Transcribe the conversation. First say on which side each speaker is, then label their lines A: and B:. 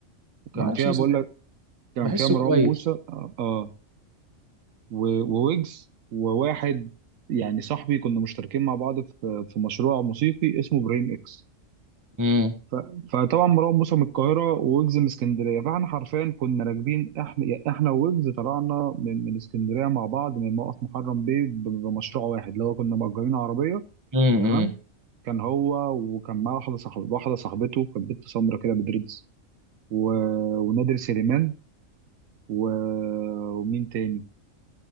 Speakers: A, on the right; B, on the right.
A: وكان
B: ما اعرفش
A: فيها
B: بس
A: بقولك كان
B: بحسه
A: فيها مروان
B: كويس
A: موسى اه آه، و- وويجز وواحد يعني صاحبي كنا مشتركين مع بعض في في مشروع موسيقي اسمه برين اكس
B: امم
A: ف- فطبعا مروان موسى من القاهره وويجز من اسكندريه فاحنا حرفيا كنا راكبين احنا احنا وويجز طلعنا من من اسكندريه مع بعض من موقف محرم بيه ب- بمشروع واحد اللي هو كنا مأجرين عربيه
B: امم
A: تمام كان هو وكان معاه واحده صاحبته واحده صاحبته كانت بنت سمرا كده بدريدز و... ونادر سليمان و... ومين تاني